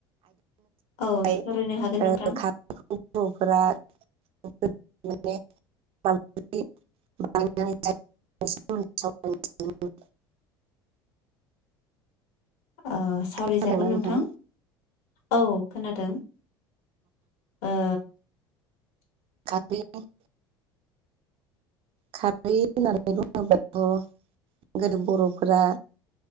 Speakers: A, on the left; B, on the right.
A: औ
B: दि
A: सावरायनो हागोन
B: बर'फोरा
A: नोंथां
B: <unintelligible> <unintelligible> <unintelligible>
A: ओ सावरायजागोन
B: सावरायनो
A: नोंथां
B: खोनादोंना
A: औ खोनादों ओ
B: खााब <unintelligible> खारै होननानै बुङोबाथ' गोदो बर'फोरा